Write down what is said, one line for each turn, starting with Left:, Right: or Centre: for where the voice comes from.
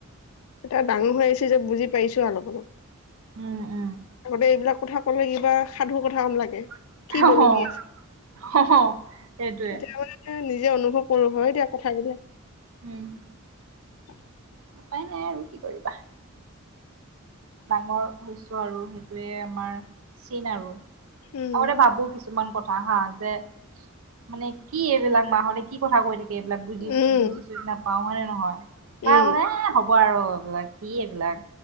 Left: এতিয়া ডাঙৰ হৈ আহিছো যে বুজি পাইছো অলপ অলপ।
Right: উম উম
Left: আগতে এইবিলাক কথা কলে কিবা সাধু কথা আম লাগে।
Right: সেইটোৱে।
Left: কি বলগী আছে তেতিয়া মানে নিজে অনুভৱ কৰো, হয় দিয়া কথা বিলাক।
Right: উম।
Left: উ
Right: উপায় নাই আৰু কি কৰিবা? ডাঙৰ হৈছো আৰু সেইটোৱে আমাৰ চীন আৰু।
Left: উম
Right: আগতে ভাবো কিছুমান কথ কা হা যে, মানে কি এইবিলাক মাহঁতে কি কথা কৈ দি সেইবিলাক বুজি,
Left: উম
Right: বুজি-চুজি নাপা পাওঁ নে নহয়? পা
Left: উম
Right: ব নে হ'ব ব আৰু এইবিলাক কি এইবিলাক